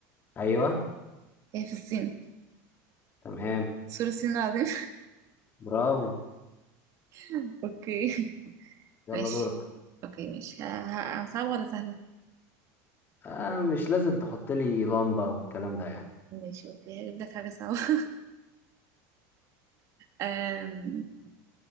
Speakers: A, on the left; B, on the right.
A: ايوه
B: هي في الصين
A: تمام
B: سور الصين العظيم
A: برافو
B: <laughs> اوكي
A: يلا
B: ماشي
A: دورك
B: اوكي ماشي ه... ه... صعبة ولا سهلة
A: آه مش لازم تحط لي لمبة والكلام ده يعني
B: ماشي اوكي هجيب لك حاجة صعبة <laughs> أم...